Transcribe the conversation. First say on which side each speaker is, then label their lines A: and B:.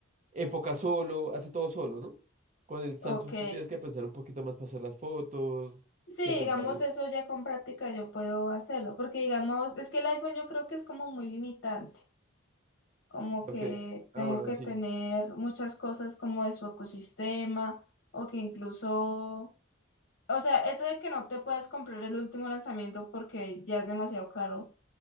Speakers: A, on the right; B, on the left.
A: enfoca solo, hace todo solo, ¿no? Con el Samsung
B: ok.
A: tú tienes que pensar un poquito más para hacer las fotos,
B: Sí,
A: que pensar
B: digamos,
A: en-
B: eso ya con práctica yo puedo hacerlo, porque digamos, es que el iPhone yo creo que es como muy limitante, como
A: porque,
B: que
A: ah,
B: tengo
A: bueno,
B: que
A: sí.
B: tener muchas cosas como de su ecosistema, o que incluso, o sea, eso de que no te puedas comprar el último lanzamiento porque ya es demasiado caro.